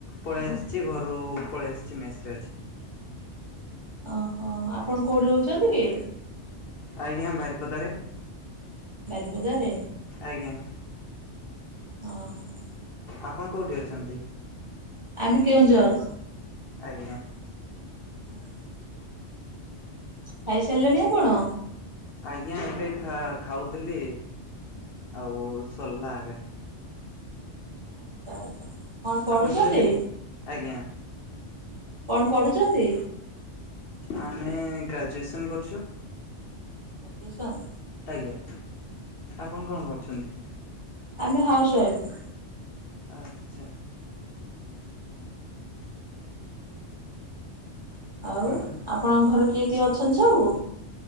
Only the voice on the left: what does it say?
ପଳେଇ ଆସିଛି ଘରୁ ପଳେଇ ଆସିଛି ମେସ୍ ରେ।
ଆଜ୍ଞା ବାରିପଦାରେ।
ଆଜ୍ଞା।
ଆପଣ କୋଉଠି ଅଛନ୍ତି?
ଆଜ୍ଞା।
ଆଜ୍ଞା ଏବେ ଖା ଖାଉଥିଲି ଆଉ ସର୍ଲା ଏବେ।
ଆପଣ ଖାଇଲେ? ଆଜ୍ଞା।
ଆମେ ଗ୍ରାଜୁଏସନ୍ କରୁଛୁ।
ଆଜ୍ଞା ଆପଣ କଣ କରୁଛନ୍ତି?
ଆଚ୍ଛା।
ହଁ